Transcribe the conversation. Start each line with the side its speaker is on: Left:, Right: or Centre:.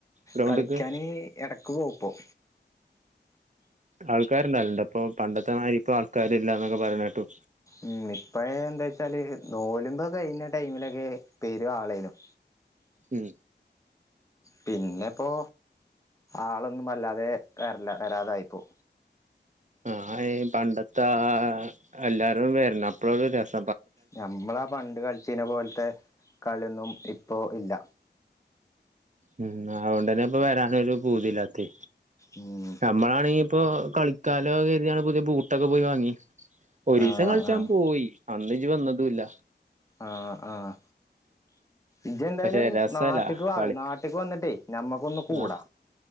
Right: ഗ്രൗണ്ട്ക്ക്
Left: കളിക്കാന് ഇടക്ക് പോവും ഇപ്പം
Right: ആൾക്കാര് നല്ലപ്പോ പണ്ടത്തെമാതിരി ഇപ്പോ ആൾക്കാര് ഇല്ലന്നൊക്കെ പറയണ കേട്ടു
Left: ഉം ഇപ്പ എന്താ വച്ചാല് നോലുമ്പ കഴിഞ്ഞ ടൈമിലൊക്കെ പേരും ആളേനും
Right: ഉം
Left: പിന്നെപ്പോ ആളൊന്നും അല്ലാതെ വരല്ല വരാതായിപ്പോ
Right: ആഹ് പണ്ടത്തെ ആ എല്ലാരും വരുന്നപ്പോള ഒരു രസ
Left: നമ്മളാ പണ്ട് കളിച്ചനെ പോലത്തെ കളിയൊന്നും ഇപ്പോ ഇല്ല
Right: ഉം അകൊണ്ടന്നെ ഇപ്പൊ വരാനൊരു പൂതില്ലാത്തി
Left: ഉം
Right: നമ്മളാണെങ്കി ഇപ്പോ കളിക്കാലോ കരുതിയാണ് പുതിയ ബൂട്ടൊക്കെ പോയി വാങ്ങി ഒരീസം
Left: ആഹ്
Right: കളിച്ചാപോയി
Left: ആഹ്
Right: അന്ന് ഇജ്ജ് വന്നതുല്ല
Left: ആഹ് ആഹ് ഇജ്ജെന്തായാലും
Right: പക്ഷെ രസല്ല
Left: നാട്ടിക്കവ
Right: കളി
Left: നാട്ട് ക്ക് വന്നിട്ടേ ഞമ്മക്കൊന്ന് കൂടാ
Right: ആഹ്